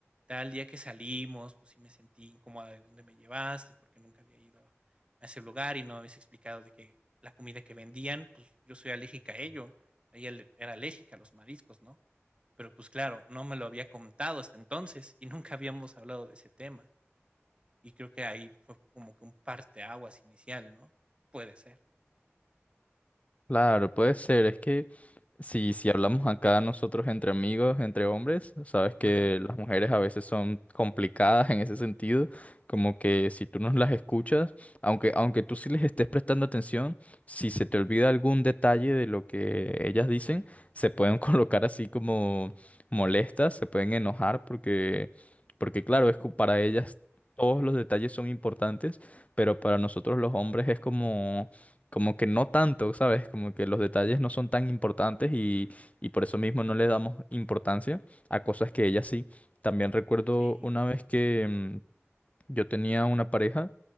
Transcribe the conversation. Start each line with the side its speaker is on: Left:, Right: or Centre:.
Right: tal día que salimos, pues sí me sentí incómoda de dónde me llevaste, porque nunca había ido a a ese lugar y no habías explicado de que la comida que vendían, pues yo soy alérgica a ello. Ella le- era alérgica a los mariscos, ¿no? Pero pues claro, no me lo había contado hasta entonces y nunca habíamos hablado de ese tema. Y creo que ahí fue como que un parteaguas inicial, ¿no? Puede ser.
Left: Claro, puede ser, es que Si, si hablamos acá nosotros entre amigos, entre hombres, sabes que
Right: Ajá.
Left: las mujeres a veces son complicadas en ese sentido, como que si tú no las escuchas, aunque, aunque tú sí les estés prestando atención, si se te olvida algún detalle de lo que ellas dicen, se pueden <laughs> colocar así como molestas, se pueden enojar porque, porque claro, es que para ellas todos los detalles son importantes, pero para nosotros los hombres es como como que no tanto, ¿sabes? Como que los detalles no son tan importantes y, y por eso mismo no le damos importancia a cosas que ella sí. También recuerdo
Right: Sí,
Left: una vez que mm, yo tenía una pareja